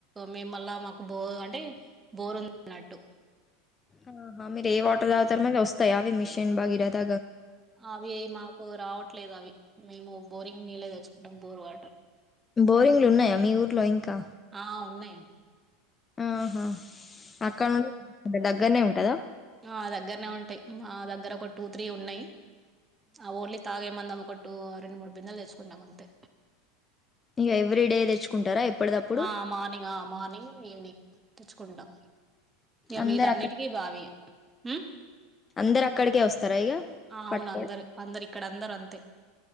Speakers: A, on the right; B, on the left.
A: మేమ్మల్ళ మాకు బో అంటే బోరున్నట్టు
B: ఆహా మీరు ఏ వాటర్ దాగుతారు మరి వస్తాయి అవి మిషన్ బగీ రద
A: అవి మాకు రావట్లేదు అవి మేము బోరింగ్ నీళ్ళే తెచ్చుకుంటాం బోర్ వాటర్
B: బోరింగ్లు ఉన్నాయా మీ ఊర్లో ఇంకా
A: ఆ ఉన్నాయ్
B: ఆహా అక్కడ నుండ దగ్గరనే ఉంటదా
A: ఆ దగ్గరనే ఉంటాయ్ మా దగ్గర ఒక టూ త్రీ ఉన్నాయ్ ఆ ఓన్లీ తాగే మందం కొట్టు రెండు మూడు బిందలు తెచ్చుకుంటాం అంతే
B: ఇగ ఎవ్రీ డే తెచ్చుకుంటారా ఎప్పటిదప్పుడు
A: ఆ మార్నింగ్ ఆ మార్నింగ్ ఈవినింగ్ తెచ్చుకుంటా ఇగ
B: అందరు
A: మిగతా అన్నిటికీ
B: అక్కడ
A: బావి ఉమ్
B: అందరు అక్కడికే వస్తారా ఇక
A: అవును
B: పట్టుకోవడం
A: అందరు అందరు ఇక్కడ అందరు అంతే